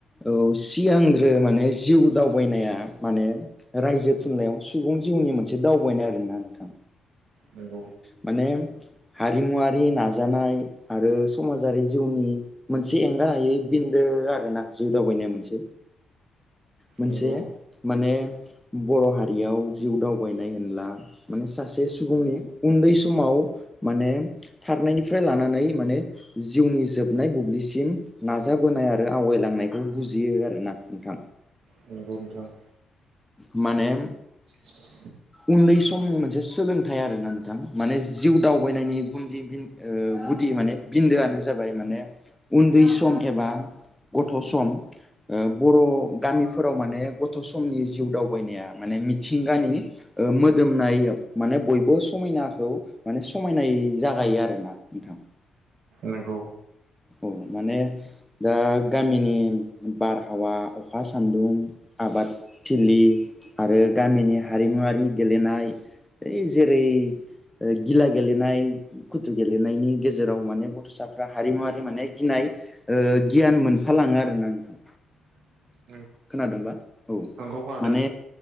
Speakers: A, in the centre; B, on the right.
A: ओ सिगांग्रो माने जिउ दावबायनाया माने रायजो थुनलाइयाव सुबुं जिउनि मोनसे दावबायनाय आरोना नोंथां।
B: नंगौ
A: माने हारिमुवारि ना जानाय आरो समाजारि जिउनि मोनसे एंगार हायै बिन्दो। आरोना जिउ दावबायनाय मोनसे मोनसे
B: नंगौ
A: माने बर' हारियाव जिउ दावबायनाय होनब्ला माने सासे सुबुंनि उन्दै समाव माने थारनायनिफ्राय लानानै माने जिउनि जोबनाय बुब्लिसिम नाज जाबोनाय आरो आवगायलांनाय खौ बुजियो आरोना। नोंथां
B: औ <inaudible> औ।
A: माने
B: <inaudible>
A: उन्दै समनि मोनसे सोलोंथाइ आरोना नोंथां माने जिउ दावबायनायनि गुनदि दिन ओ गुदि माने बिन्दोआनो जाबाय माने उन्दै सम एबा गथ' सम ओ बर' गामिफोराव माने गथ' समनि जिउ दावबायनाया माने मिथिंगानि ओ मोदोमनाय ओ माने बयबो समायनाखौ माने समायनायै जागायो आरोना नोंथां।
B: नंगौ
A: औ माने दा गामिनि बारहावा अखा सान्दुं आबादथिलि आरो गामिनि हारिमुवारि लेनाय ऐ जेरै ओ गिला गेलेनाय कुथु गेलेनायनि गेजेराव माने गथ'साफ्रा हारिमुवारि माने गिनाय ओ गियान मोनफाल लाङो आरोना नोंथां।
B: <inaudible>
A: खोनादोंबा औ
B: नंगौ खोनादों
A: माने